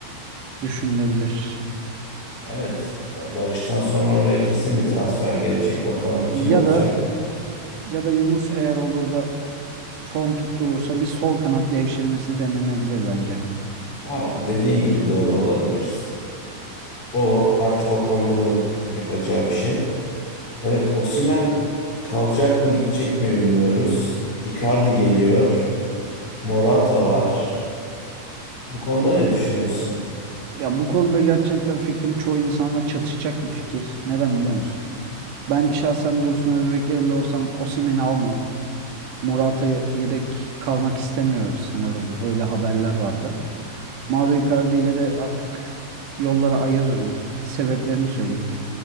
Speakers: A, on the right (about 70°); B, on the left (about 30°).
A: düşünülebilir.
B: Evet, Ba- Barış'tan sonra oraya kesin bir transfer gelecek. Bakalım
A: Ya
B: kim olacak?
A: da ya da Yunus eğer olur da form tutturursa bir sol kanat devşirmesi denenebilir bence.
B: Ha, dediğin gibi doğru olabilir. O artık Okan Buruk'un yapacağı bir şey. Evet, Osimhen kalacak mı gidecek mi bilmiyoruz. Icardi geliyor. Morata var. Bu konuda ne düşünüyorsun?
A: Ya bu konuda gerçekten fikrim çoğu insanla çatışacak bir fikir. Neden biliyor musun? Ben şahsen Dursun Özbek yerinde olsam Osimhen'i almam. Morata yedek kalmak istemiyor sanırım. Öyle haberler vardı. Mauro Icardi ile de artık yollara ayırırım. Sebeplerini söyleyeyim.